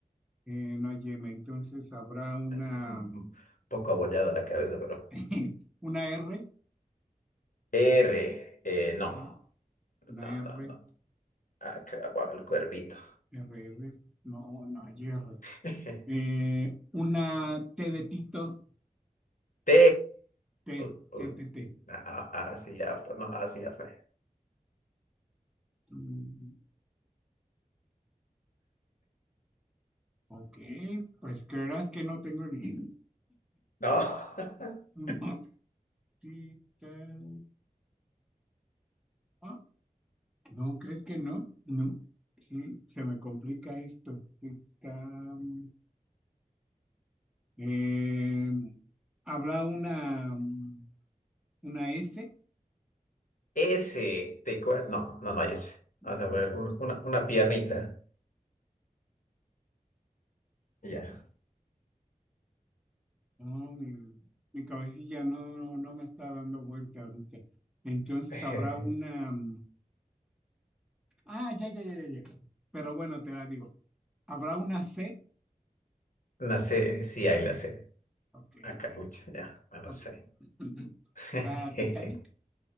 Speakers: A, in the centre; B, on the left.
A: eh, no hay M. Entonces habrá una,
B: Está un poco abollada la cabeza, pero.
A: <laughs> una R.
B: R. eh, no.
A: Ajá,
B: No,
A: Una R.
B: no, no. Acá va el cuerpito.
A: R, R. No, no hay R.
B: <laughs>
A: Eh, una T de Tito.
B: T.
A: T,
B: U-
A: T,
B: u-
A: T, T.
B: ah, ah, sí, ya fue. No, así ya fue. <laughs>
A: Mm, Ok, pues creerás que no tengo ni...
B: No. <laughs>
A: No, sí, eh, ah, ¿no crees que no? No, sí, se me complica esto. Sí, tam, eh, ¿habrá una, mm, una S?
B: S. Te cue-
A: S,
B: No, no, no hay S.
A: no
B: Vamos
A: hay
B: a ver,
A: S.
B: un- una, una piernita. Ya.
A: No, mi, mi cabecilla no, no, no me está dando vuelta ahorita. Entonces
B: <laughs>
A: habrá una... mm, Ah, ya, ya, ya, ya, ya. Pero bueno, te la digo. ¿Habrá una C?
B: Una C. Sí hay la C.
A: Ok.
B: Acá, ucha, ya. Bueno,
A: Ok.
B: C.
A: <laughs>
B: <laughs>
A: ¿Será Titanic?